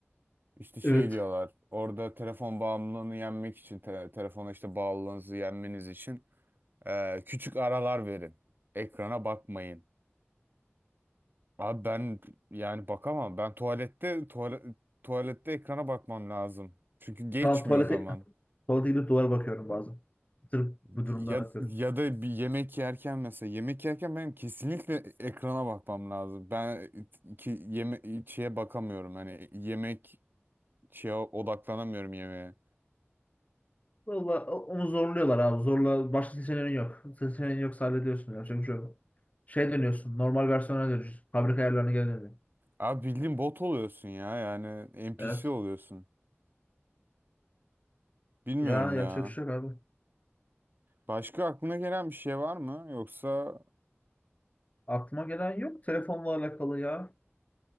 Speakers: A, on the right; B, on the left.
A: İşte şey
B: Evet.
A: diyorlar orada telefon bağımlılığını yenmek için te- telefona işte bağlılığınızı yenmeniz için Ee, küçük aralar verin. Ekrana bakmayın. Abi ben yani bakamam. Ben tuvalette tuvalet, tuvalette ekrana bakmam lazım. Çünkü geçmiyor
B: Lan tuvalete,
A: zaman.
B: Tuvalete gidip duvara bakıyorum bazen. Sırf bu
A: Ya
B: durumdan atıyorum.
A: ya da bir yemek yerken mesela yemek yerken benim kesinlikle ekrana bakmam lazım. Ben ki yeme şeye bakamıyorum. Hani yemek şeye odaklanamıyorum yemeğe.
B: Valla o- onu zorluyorlar abi. Zorla başka seçeneğin yok. Seçeneğin yoksa hallediyorsun. Yapacak bir şey yok. Şey dönüyorsun. Normal versiyona dönüyorsun. Fabrika ayarlarına geri dönüyorsun.
A: Abi bildiğin bot oluyorsun ya. Yani NPC
B: Evet.
A: oluyorsun. Bilmiyorum
B: Ya yapacak
A: ya.
B: bir şey yok abi.
A: Başka aklına gelen bir şey var mı? Yoksa
B: Aklıma gelen yok telefonla alakalı ya.